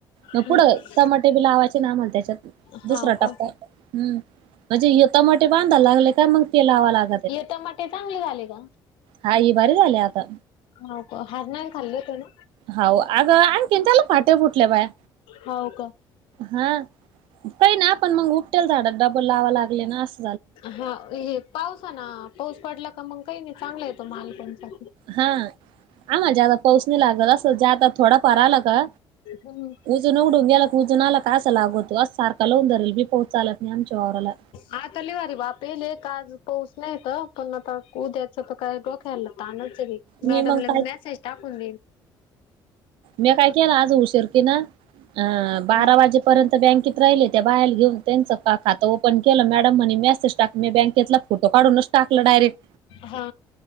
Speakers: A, on the right; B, on the left.
A: मग
B: हम्म
A: पुढं टमाटे बी लावायचे ना म्हला त्याच्यात
B: हाव
A: दुसरा
B: का
A: टप्पा हम्म म्हणजे युता मोठे बांधय लागले का मग ते लावा लाग
B: हे टमाटे चांगले झाले का
A: हा ही बारी झाली आता
B: हो का हरनान खल्ेत ना
A: हा अगं आणखीन त्याला फाटे फुटले बाया
B: हाव का?
A: हा काही ना आपण मग उपटेल झाडात डबल लावा लागले ना अस
B: हा हे पाऊस ना पाऊस पडला का मग काही नाही चांगला येतो माल कोणचा
A: हा आ म ज पाऊस नाही लागल असं जात थोडा पर आला का
B: हम
A: उुजून उघडून गेला क उजून आला काय अस लागतो असज सारखा लवून धल बी पोचालात नाही आमच्या ववराला
B: आता लिवारी बाप ये आज पाऊस नाहीत पण आता उद्याचं तर काही डोक्यायला तरनचरी
A: मी
B: मॅडम
A: मग
B: ल
A: काय
B: मेसेज टाकून दे
A: मी काय केलं आज उशीरतेी ना अ बारा
B: हा
A: वाजे पर्यंत बँकेत राहिले त्या बाहेर घेऊन त्यांच खातं ओपन केलं मॅडम म्हणे मेसेज टाक मी बँकेतला फोटो काढूनच टाकलं डायरेक्ट
B: हा